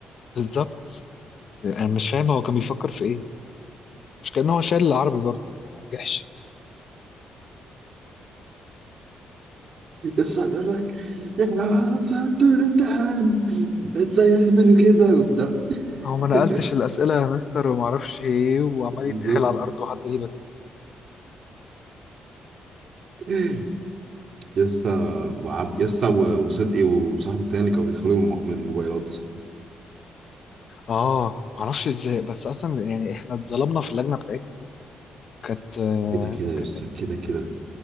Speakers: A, on the left; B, on the right.
A: بالظبط انا مش فاهم هو كان بيفكر في ايه مش كان هو شايل العربي برضه ما نجحش
B: يسا يقول لك يا جماعة أنا صعبت من الامتحان ازاي يعملوا كده وبتاع
A: هو ما
B: <laughs>
A: نقلتش الاسئله يا مستر وما اعرفش ايه وعمال
B: بالظبط
A: يتسحل على الارض وحاجات غريبه كده
B: <laughs> يسا وعب... يسا و- وصدقي وصاحبه التاني اللي كانوا بيدخلوا من من الموبايلات
A: اه ما اعرفش ازاي بس اصلا يعني احنا اتظلمنا في اللجنه بتاعتنا دي كانت آه،
B: كده كده يا
A: كانت
B: أستاذ كده كده